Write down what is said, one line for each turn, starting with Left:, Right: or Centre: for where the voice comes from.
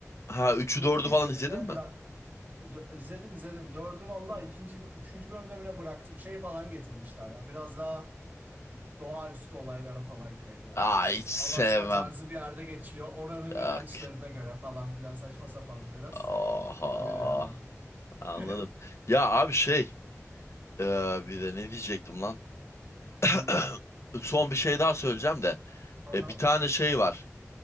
Left: Ha
Right: Va-
Left: üçü
Right: Üç bölüm
Left: dördü
Right: mü
Left: falan
Right: izledim
Left: izledin
Right: ne?
Left: mi?
Right: Bırak Dö- izledim izledim. Dördü valla
Left: Hı.
Right: ikinci, üçüncü bölümde mi ne bıraktım. Şey falan getirmişler ya. Biraz daha doğaüstü olaylara falan kayıyor biraz.
Left: Aa hiç sevmem.
Right: Alaska tarzı bir yerde geçiyor. Oranın
Left: Yok.
Right: inançlarına göre falan filan saçma sapandı biraz.
Left: Oha.
Right: Öyle ya.
Left: Anladım.
Right: <laughs>
Left: Ya abi şey e, bir de ne diyecektim lan? <clears throat>
Right: Hı hı.
Left: Son bir şey daha söyleyeceğim de.
Right: Aha.
Left: E, bir tane şey var.